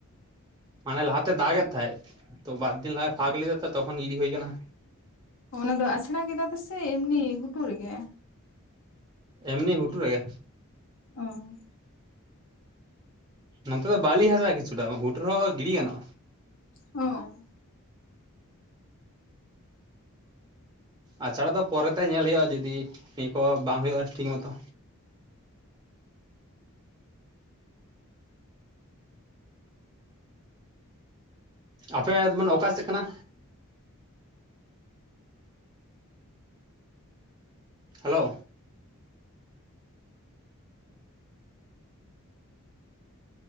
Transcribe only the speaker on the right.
ᱦᱟᱱᱮ ᱞᱟᱦᱟᱛᱮ ᱫᱟᱜᱮᱫ ᱛᱟᱦᱮᱸᱫ, ᱛᱚ ᱵᱟᱨᱫᱤᱱ ᱞᱟᱦᱟᱭ ᱯᱷᱟᱸᱠ ᱞᱮᱫᱟ ᱛᱚ ᱛᱚᱠᱷᱚᱱ ᱜᱤᱲᱤ ᱦᱳᱭ ᱟᱠᱟᱱᱟ᱾
ᱮᱢᱱᱤ ᱜᱷᱩᱴᱩ ᱨᱮᱜᱮ᱾
ᱱᱚᱱᱛᱮ ᱫᱚ ᱵᱟᱹᱞᱤ ᱦᱟᱥᱟ ᱠᱤᱪᱷᱩ ᱴᱟᱜ ᱦᱚᱸ ᱜᱩᱡᱩ ᱨᱮᱦᱚᱸ ᱜᱤᱰᱤ ᱜᱟᱱᱼᱟ᱾
ᱟᱪᱷᱟᱲᱟ ᱫᱚ ᱯᱚᱨᱮᱛᱮ ᱧᱮᱞ ᱦᱩᱭᱩᱜᱼᱟ᱾ ᱡᱩᱫᱤ ᱱᱤᱭᱟᱹ ᱠᱚ ᱵᱟᱝ ᱦᱩᱭᱩᱜᱼᱟ ᱴᱷᱤᱠ ᱢᱚᱛᱚ᱾ ᱟᱯᱮ ᱢᱟᱱᱮᱫ ᱚᱠᱟ ᱥᱮᱫ ᱠᱟᱱᱟ? Hello